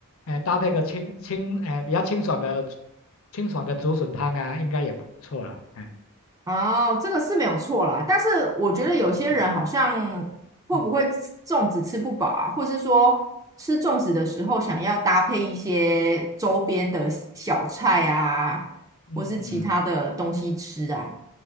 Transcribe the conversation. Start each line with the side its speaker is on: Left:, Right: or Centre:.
Left: 呃，搭配个清清，呃，比较清爽的清爽的竹笋汤啊，应该也不错啦。哎，
Right: 哦，这个是没有错啦，但是我觉得有些人好像
Left: 嗯嗯
Right: 会不会吃粽子吃不饱啊，
Left: 嗯
Right: 或是说吃粽子的时候想要搭配一些周边的小菜啊，
Left: 嗯嗯，
Right: 或是其他的东西吃啊，